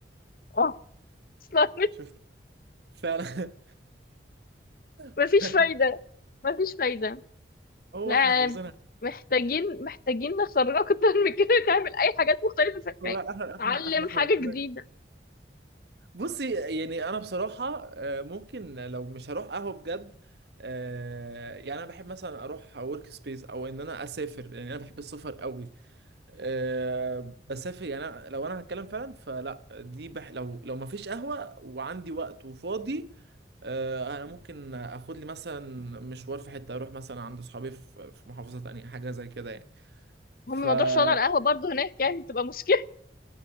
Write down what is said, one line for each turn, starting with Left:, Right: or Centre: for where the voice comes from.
Left: اه اصلا <laughs> مش-
Right: شفت فعلا
Left: مفيش
Right: <laughs>
Left: فايدة مفيش فايدة
Right: هو
Left: لا
Right: احنا حافظينها
Left: محتاجين محتاجين نخرج اكتر من كده نعمل اي حاجات مختلفة في الحياة
Right: هو احنا
Left: نتعلم
Right: احنا احنا حافظينها
Left: حاجة جديدة
Right: بصي يعني انا بصراحه آه، ممكن لو مش هروح قهوه بجد آه، يعني انا بحب مثلا اروح ورك سبيس او ان انا اسافر يعني انا بحب السفر قوي أه بسافر يعني أنا لو انا هتكلم فعلا فلا دي بح لو لو ما فيش قهوة وعندي وقت وفاضي أه انا ممكن اخد لي مثلا مشوار في حتة اروح مثلا عند صحابي في في محافظة تانية حاجة زي كده يعني فممكن
Left: هم موضوع شعر القهوة برضه هناك يعني تبقى مشكلة